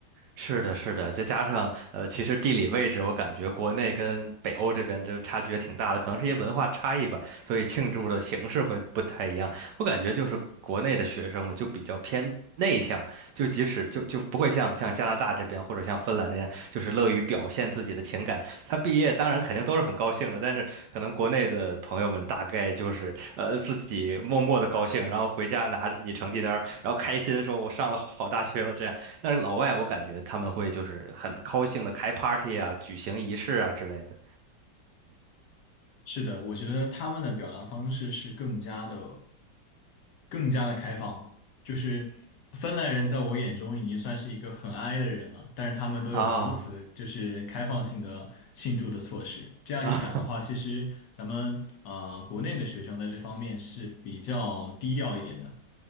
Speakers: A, on the right; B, on the left.
A: 是的，是的，再加上呃，其实地理位置，我感觉国内跟北欧这边就差距也挺大的，可能是一些文化差异吧，所以庆祝的形式会不太一样。我感觉就是国内的学生们就比较偏内向，就即使就就不会像像加拿大这边或者像芬兰那样，就是乐于表现自己的情感。他毕业当然肯定都是很高兴的，但是可能国内的朋友们大概就是呃自己默默的高兴，然后回家拿着自己成绩单儿然后开心说我上了好大学了这样。但是老外我感觉他们会就是很高兴的开 party 啊，举行仪式啊之类的
B: 是的，我觉得他们的表达方式是更加的、更加的开放。就是芬兰人在我眼中已经算是一个很 i 的人了，但是他们都有如此就是开放性的庆祝的措施。
A: 啊。
B: 这样一想的话，
A: 啊，
B: 其实咱们啊，国内的学生在这方面是比较低调一点的。